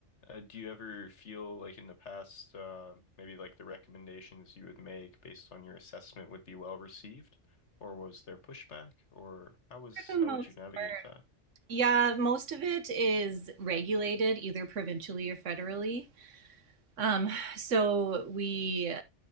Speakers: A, on the left; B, on the right.
A: Uh, do you ever feel like in the past, uh, maybe like the recommendations you would make based on your assessment would be well received, or was there pushback, or how was
B: For the most
A: how would you navigate
B: part.
A: that?
B: Yeah, most of it is regulated either provincially or federally. Um, so we